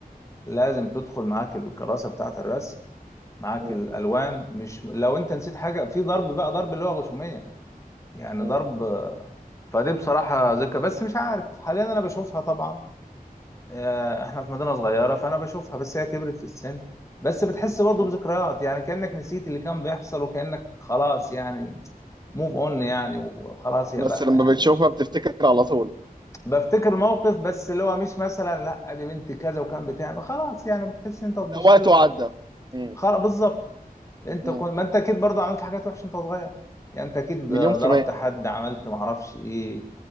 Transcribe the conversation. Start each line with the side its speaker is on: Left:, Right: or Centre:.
Left: لازم تدخل معاك الكراسه بتاعه الرسم معاك
Right: مم.
Left: الالوان مش لو انت نسيت حاجه في ضرب بقى ضرب اللي هو غشوميه يعني
Right: مم.
Left: ضرب فدي بصراحه ذكرى بس مش عارف حاليا انا بشوفها طبعا آه، احنا في مدينة صغيرة فانا بشوفها بس هي كبرت في السن بس بتحس برضه
Right: مم.
Left: بذكريات يعني كأنك نسيت اللي كان بيحصل وكأنك خلاص يعني موف اون يعني وخلاص يا
Right: بس
Left: بقى
Right: لما
Left: يعني
Right: بتشوفها بتفتكر على طول
Left: بفتكر موقف بس اللي هو مش مثلا لا دي بنتي كذا وكان بتعمل خلاص يعني بتحس انت تبص
Right: لا وقت
Left: لك
Right: وعدى مم.
Left: خلاص بالظبط انت
Right: مم.
Left: كنت ما انت اكيد برضه عملت حاجات وحشة انت صغير يعني انت اكيد
Right: مليون
Left: ضربت
Right: في المية
Left: حد عملت معرفش ايه